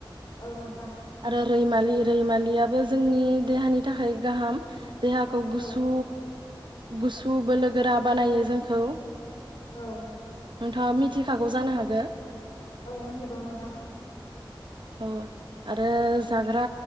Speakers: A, on the left; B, on the right.
A: औ नोंथां
B: आरो रैमालि बिमालियाबो जोंनि देहानि थाखाय गाहाम देहाखौ गुसु
A: औ
B: गुसु बोलो गोरा बानायो जोंखौ
A: औ
B: नोंथाङा मिथिखागौ जानो हागोन <inaudible>
A: औ मोनथिगौ नोंथां
B: औ आरो जाग्रा